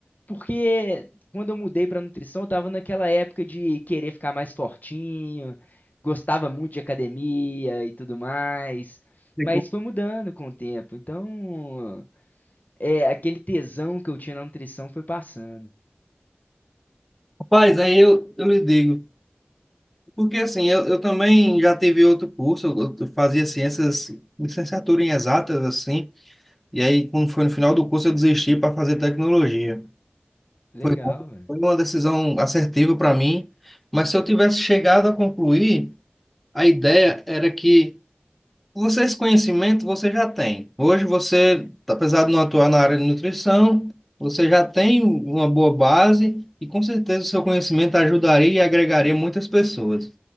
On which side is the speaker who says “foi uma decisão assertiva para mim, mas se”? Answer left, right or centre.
Centre